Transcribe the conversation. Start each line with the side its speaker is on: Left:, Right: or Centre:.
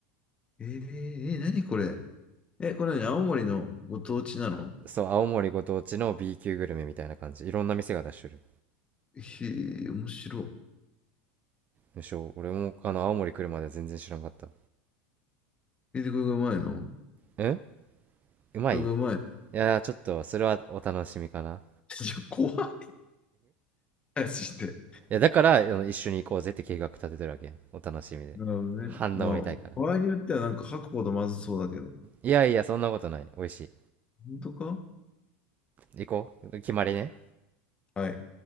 Left: え。えー、えー、何これえ、これ何青森のご当地なの
Right: そう青森ご当地の B 級グルメみたいな感じいろんな店が出しとる
Left: へえ、面白
Right: むしろ俺もあの青森来るまで全然知らんかった
Left: い。え、で、これがうまいの
Right: うんうまいい
Left: これがうまいの。
Right: やーちょっとそれはお楽しみかな
Left: <laughs> じゃ、怖い話して。
Right: いやだからあの一緒に行こうぜって計画立ててるわけやんお楽しみで反応見たいから
Left: なるほどね。まあ、場合によってはなんか吐くほどまずそうだけど。
Right: いやいや、そんなことない。美味し
Left: 本当か
Right: い。行こう。決まりね。
Left: はい。